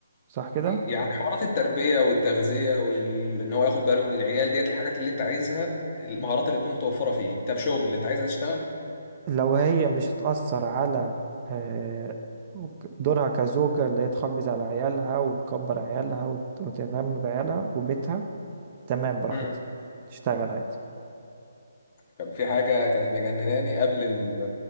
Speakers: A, on the right; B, on the left.
A: صح كده
B: يعني حوارات التربية والتغذية وإن هو ياخد باله من العيال ديت الحاجات اللي أنت عايزها المهارات اللي تكون متوفرة فيه طب شغل اللي أنت عايزها تشتغل
A: لو هي مش هتأثر على آه، دورها كزوجة اللي هي تحافظ على عيالها وتكبر عيالها وت- وتهتم بعيالها وبيتها تمام براحتها
B: امم
A: تشتغل عادي
B: طب في حاجة كانت مجنناني قبل ال